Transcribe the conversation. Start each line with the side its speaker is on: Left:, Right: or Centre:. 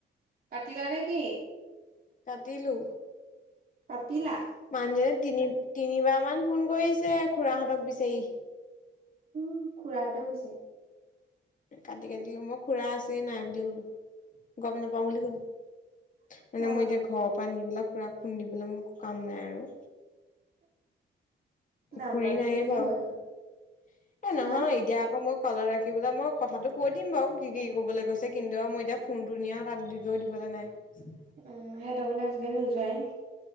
Right: কাতিলা নেকি?
Left: কাটিলো।
Right: পাতিলা?
Left: মানুহজননে তিনি - তিনিবাৰ মান ফোন কৰিছে খুৰাহঁতক বিচাৰি।
Right: উম, খুৰাহঁতেও বিচাৰি।
Left: কাটি-কাটিলো মই খুৰা আছেই নাই বুলি কলো গম নাপাও বুলি কলো। মানে
Right: অ
Left: মই এতিয়া ঘৰৰ পৰা আনি পেলাক খুৰাক খুন্দিবলৈ মোৰ কাম নাই আৰু।
Right: নাম্বাৰটো
Left: ঘুৰি নাইে
Right: দি দিলেই
Left: বাৰু
Right: হয়
Left: এ
Right: দেখোন।
Left: নহয়
Right: হা?
Left: এতিয়া আকৌ মই কলত ৰাখিবেললৈ মই কথাটো কৈ দিম বাৰু কি - কি কবলৈ গৈছে কিন্তু মই এতিয়া ফোনটো নিয়া তাত দি গৈ দিব লাগে। দে নাই।
Right: উম, সিহটো হলে আজিকালি নোযোৱাই নেকি?